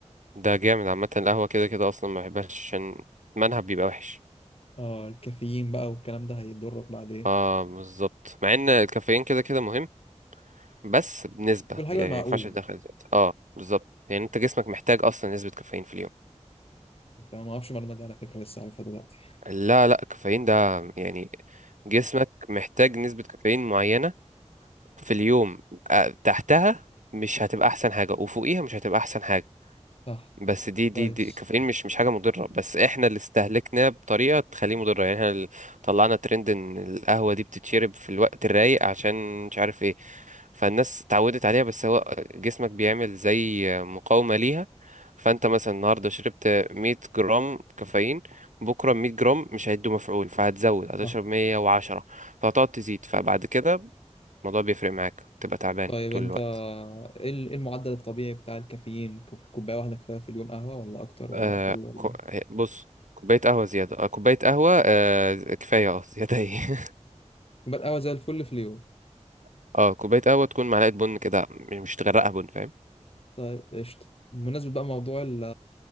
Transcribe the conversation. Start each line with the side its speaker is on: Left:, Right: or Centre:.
Right: ده جامد عامه القهوه كده كده اصلا ما بحبهاش عشان منها بيبقى وحش
Left: اه الكافيين بقى والكلام ده هيضرك بعدين
Right: اه بالظبط مع ان الكافيين كده كده مهم بس بنسبه
Left: والحاجة
Right: يعني
Left: المعقول
Right: ما ينفعش تدخل زيادة. اه بالظبط يعني انت جسمك محتاج اصلا نسبه كافيين في اليوم
Left: أنت ما أعرفش المعلومة دي على فكرة لسه عارفها دلوقتي
Right: لا لا الكافيين ده يعني جسمك محتاج نسبه كافيين معينه في اليوم آه، تحتها مش هتبقى احسن حاجه وفوقيها مش هتبقى احسن حاجه
Left: صح
Right: بس دي دي
Left: كويس
Right: دي الكافيين مش مش حاجه مضره بس احنا اللي استهلكناه بطريقه تخليه مضره يعني احنا اللي طلعنا ترند ان القهوه دي بتتشرب في الوقت الرايق عشان مش عارف ايه فالناس اتعودت عليها بس هو جسمك بيعمل زي مقاومه ليها فانت مثلا النهارده شربت 100 جرام كافيين بكره 100 جرام مش هيدوا مفعول فهتزود هتشرب
Left: صح
Right: 110 فهتقعد تزيد فبعد كده الموضوع بيفرق معاك تبقى تعبان
Left: طيب
Right: طول
Left: أنت
Right: الوقت
Left: إيه ال- إيه المعدل الطبيعي بتاع الكافيين كوب- كوباية واحدة كفاية في اليوم قهوة ولا أكتر ولا
Right: آه
Left: أقل ولا
Right: كو... آه، بص كوباية قهوة زيادة آه كوباية قهوة آه كفاية اه زيادة ايه
Left: كوباية قهوة زي الفل في اليوم
Right: <laughs> اه كوباية قهوة تكون معلقة بن كده مش مش تغرقها بن فاهم
Left: طيب قشطة بمناسبة بقى موضوع ال-